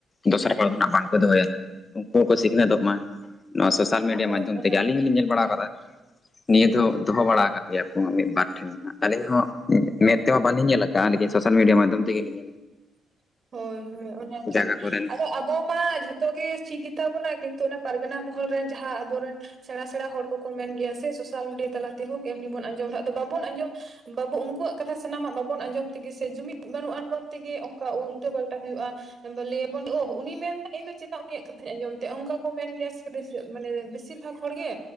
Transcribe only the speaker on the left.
ᱫᱚᱥᱟᱨ ᱦᱚᱲ ᱫᱚ ᱦᱟᱸᱜ ᱵᱟᱝᱠᱚ ᱫᱚᱦᱚᱭᱟ ᱾ <inaudible> ᱩᱱᱠᱩ ᱦᱚᱸᱠᱚ ᱥᱤᱠᱷᱱᱟᱹᱛᱚᱜ ᱢᱟ ᱾ ᱱᱚᱣᱟ ᱥᱳᱥᱟᱞ ᱢᱤᱰᱤᱭᱟ
ᱢᱟᱫᱽᱫᱷᱚᱢ
ᱛᱮᱜᱮ ᱟᱞᱤᱧ ᱦᱚᱸᱞᱤᱧ ᱧᱮᱞ ᱵᱟᱲᱟ ᱟᱠᱟᱫᱟ ᱾ ᱱᱤᱭᱟᱹ ᱫᱚ ᱫᱚᱦᱚ ᱵᱟᱲᱟ ᱟᱠᱟᱫ ᱜᱮᱭᱟ ᱠᱚ ᱢᱤᱫ ᱵᱟᱨ ᱴᱷᱮᱱ ᱟᱹᱞᱤᱧ ᱦᱚᱸ ᱢᱮᱫ ᱛᱮᱦᱚᱸ ᱵᱟᱞᱤᱧ ᱧᱮᱞ ᱟᱠᱟᱫᱟ ᱾ <unintelligible> ᱥᱳᱥᱟᱞ ᱢᱤᱰᱤᱭᱟ ᱢᱟᱫᱽᱫᱷᱚᱢ ᱛᱮᱜᱮ ᱤᱧ
ᱡᱟᱭᱜᱟ ᱠᱚᱨᱮᱱ